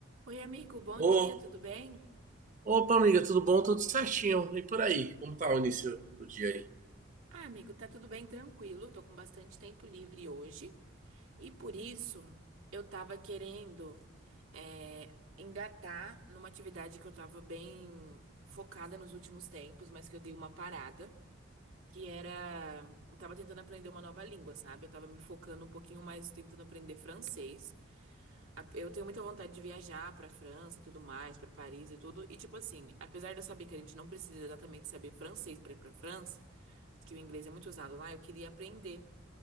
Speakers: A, on the right; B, on the right.
A: Oi, amigo, bom
B: Ô,
A: dia, tudo bem?
B: opa, amiga, tudo bom? Tudo certinho. E por aí? Como tá o início do dia aí?
A: Ah, amigo, tá tudo bem, tranquilo. Tô com bastante tempo livre hoje e por isso eu tava querendo é, engatar numa atividade que eu tava bem focada nos últimos tempos, mas que eu dei uma parada, que era. Eu tava tentando aprender uma nova língua, sabe? Eu tava me focando um pouquinho mais tentando aprender francês. A- Eu tenho muita vontade de viajar pra França e tudo mais, pra Paris e tudo. E, tipo assim, apesar de eu saber que a gente não precisa exatamente saber francês pra ir pra França. que o inglês é muito usado lá, eu queria aprender.